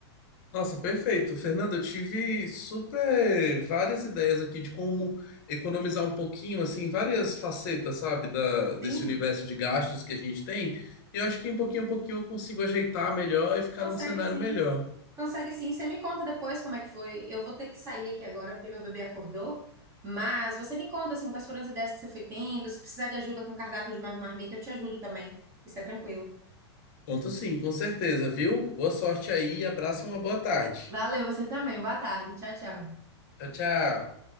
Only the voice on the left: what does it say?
Nossa, perfeito. Fernanda, eu tive super várias ideias aqui de como economizar um pouquinho, assim, várias facetas, sabe, da, desse
universo de gastos que a gente tem. E eu acho que em pouquinho a pouquinho eu consigo ajeitar melhor e ficar
num cenário
melhor.
Conto sim, com certeza, viu? Boa sorte aí, abraço e uma boa tarde.
Tchau, tchau.